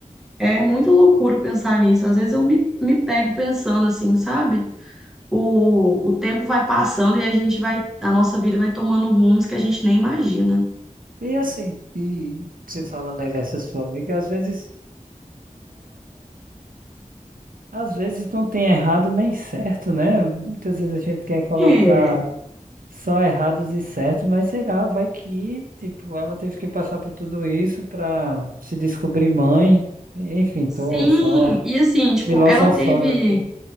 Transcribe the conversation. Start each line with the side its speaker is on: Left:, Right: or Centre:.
Centre: É muito loucura pensar nisso. Às vezes eu me, me pego pensando assim, sabe? O, o tempo vai passando e a gente vai, a nossa vida vai tomando rumos que a gente nem imagina.
Right: E assim, e você falando aí dessa sua amiga, às vezes. Às vezes não tem errado nem certo, né? Muitas vezes a gente quer colocar
Centre: É,
Right: só errados e certos, mas sei lá, vai que, tipo, ela teve que passar por tudo isso pra se descobrir mãe. Enfim,
Centre: sim,
Right: tô só
Centre: e assim, tipo,
Right: filosofando
Centre: ela teve
Right: aqui.